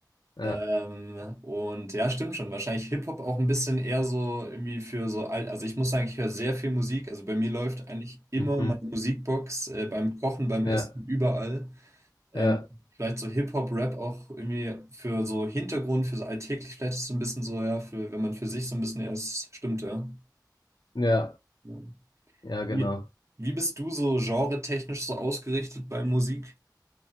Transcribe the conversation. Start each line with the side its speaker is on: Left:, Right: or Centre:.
Left: ja,
Right: Ähm, und ja, stimmt schon. Wahrscheinlich Hip-Hop auch ein bisschen eher so irgendwie für so alt. Also ich muss sagen, ich höre sehr viel Musik. Also bei mir läuft eigentlich immer
Left: mhm.
Right: meine Musikbox äh, beim Kochen, beim
Left: Ja,
Right: Essen, überall. Ähm,
Left: ja,
Right: vielleicht so Hip-Hop-Rap auch irgendwie für so Hintergrund, für so alltäglich, vielleicht ist es so ein bisschen so, ja, für, wenn man für sich so ein bisschen erst stimmt, ja.
Left: ja,
Right: Ja.
Left: ja, genau.
Right: Wie, wie bist du so genretechnisch so ausgerichtet bei Musik?